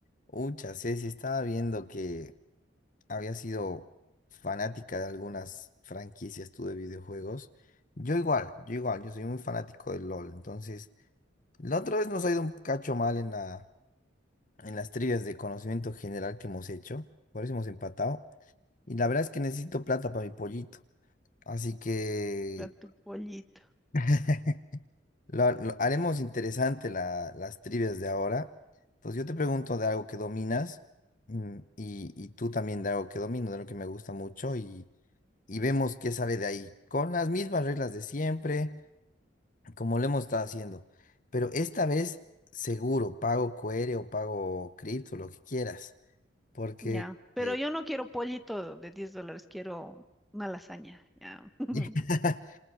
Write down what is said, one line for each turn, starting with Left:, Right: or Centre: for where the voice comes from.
Left: Ucha, Ceci, estaba viendo que había sido fanática de algunas franquicias tú de videojuegos. Yo igual, yo igual, yo soy muy fanático del LOL. Entonces, la otra vez nos ha ido un cacho mal en la, en las trivias de conocimiento general que hemos hecho. Por eso hemos empatado. Y la verdad es que necesito plata para mi pollito. Así que
Centre: Para tu pollito,
Left: <laughs> La- lo- haremos interesante la- las trivias de ahora. Entonces yo te pregunto de algo que dominas mm, y, y tú también de algo que domino, de algo que me gusta mucho y, y vemos qué sale de ahí. Con las mismas reglas de siempre, como lo hemos estado haciendo. Pero esta vez seguro, pago QR o pago cripto, lo que quieras. Porque
Centre: ya. Pero
Left: eh,
Centre: yo no quiero pollito de 10 dólares, quiero una lasaña, ya. <laughs>
Left: <laughs>